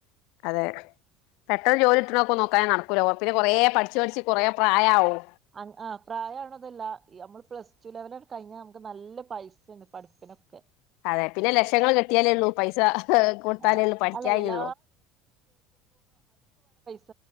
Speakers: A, on the left; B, on the right.
A: അതെ പെട്ടെന്ന് ജോലി കിട്ട്ണത് ഒക്കെ നോക്കാതെ നടക്കൂല പിന്നെ കുറേ പഠിച്ചു പഠിച്ച് കൊറേ പ്രായാവും.
B: ആ ആഹ് പ്രായാവ്ണതുഅല്ല ഇ നമ്മള് പ്ലസ്ടു ലെവൽ അണ് കഴിഞ്ഞാൽ നമുക്ക് നല്ല പൈസേണ് പഠിപ്പിനൊക്കെ.
A: അതെ പിന്നെ ലക്ഷങ്ങൾ കിട്ടിയാലേ ഉള്ളൂ പൈസ കൊടുത്താലേ
B: ആഹ്
A: ഉള്ളൂ പഠിക്കായികയുള്ളൂ.
B: അല്ല എല്ലാ സ